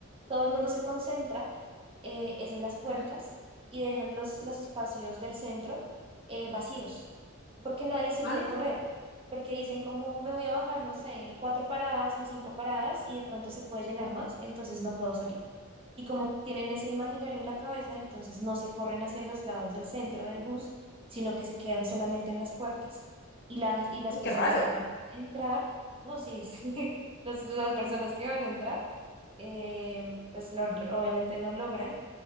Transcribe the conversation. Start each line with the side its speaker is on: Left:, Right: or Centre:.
Right: todo el mundo se concentra eh, es en las puertas
Left: ujú.
Right: y dejan los, los espacios del centro eh, vacíos, porque nadie se quiere
Left: Ah,
Right: correr, porque dicen como me voy a bajar, no sé, en cuatro paradas, en cinco paradas y de pronto se puede llenar más, entonces no puedo salir. Y como tienen ese imaginario en la cabeza, entonces no se corren hacia los lados del centro del bus, sino que se quedan solamente en las puertas. Y las, y las
Left: ay,
Right: personas
Left: qué raro.
Right: que van a entrar, no, sí, <laughs> las, las personas que van a entrar, eh, pues lo- lo- obviamente no logran